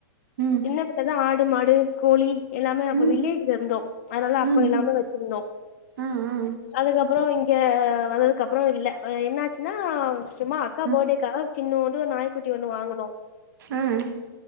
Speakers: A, on the right; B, on the left.
A: ம்
B: சின்ன பிள்ள தா ஆடு மாடு கோழி எல்லாமே அப்ப
A: ம்
B: வில்லேஜ்ல இருந்தோ அதனால
A: ம்
B: அப்ப எல்லாமே வெச்சிருந்தோ
A: ம் ம்
B: அதுக்கப்றோ இங் க வந்ததுக்கப்பறோ இல்ல ஒ என்னாச்சின்னா சும்மா அக்கா
A: ம்
B: பாடேக்காக சின்னூன்டு ஒரு நாய் குட்டி ஒன்னு வாங்குனோ
A: ம்